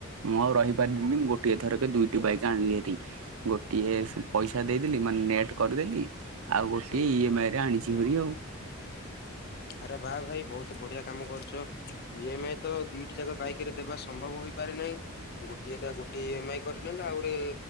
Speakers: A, on the right; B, on the left.
A: ମୁଁ ଆଉ ରହିପାରିଲିନି ଗୋଟିଏ ଥରକେ ଦୁଇଟି ବାଇକ୍ ଆଣିଲି ଭାରି। ଟି ଗୋଟିଏ ପଇସା ଦେଇଦେଲି ମାନେ ନେଟ୍ କରିଦେଲି ଆଉ ଗୋଟିଏ
B: ହୁଁ।
A: ଇଏମାଏ ଟା ଆଣିଚି ଭାରି ଆଉ।
B: ଆରେ ବା ଭାଇ ବହୁତ ବଢିଆ କାମ କରିଚ ଇ ଏମ ଆଇ ତ ଦିଟି ଯାକ ବାଇକ ରେ ଦେବା ସମ୍ଭବ ହୋଇ ପାରେ ନାହିଁ। ଗୋଟିଏ ତା ଗୋଟେ ଇଏ ମାଇ କରିଦିଅନ୍ତ ଆଉ ଗୋଟେ